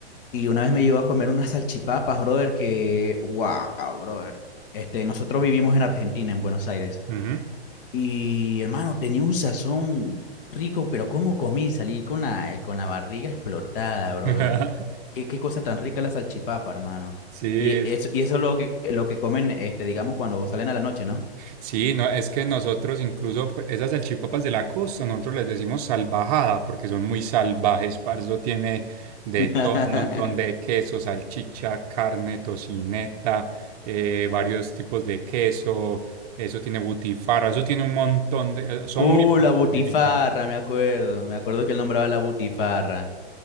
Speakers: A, on the left (about 55°); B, on the right (about 35°).
A: Y una vez me llevó a comer unas salchipapas, brother, que, wow, brother. Este, nosotros vivimos en Argentina, en Buenos Aires.
B: ujú.
A: Y, hermano, tenía un sazón rico, pero ¿cómo comí? Salí con la, con la barriga explotada, brother.
B: <laughs>
A: Qué, qué cosa tan rica la salchipapa, hermano.
B: Sí,
A: Y
B: es
A: eso,
B: que
A: y eso es lo que, lo que comen, este, digamos, cuando salen a la noche, ¿no?
B: Sí, no, es que nosotros incluso p- esas salchipapas de la costa, nosotros les decimos salvajada porque son muy salvajes, parce, eso tiene de
A: <laughs>
B: todo un montón de queso, salchicha, carne, tocineta, eh, varios tipos de queso, eso tiene butifarra, eso tiene un montón de, eh, son
A: Uh,
B: muy buenas,
A: la butifarra,
B: a mí me encanta.
A: me acuerdo. Me acuerdo que él nombraba la butifarra.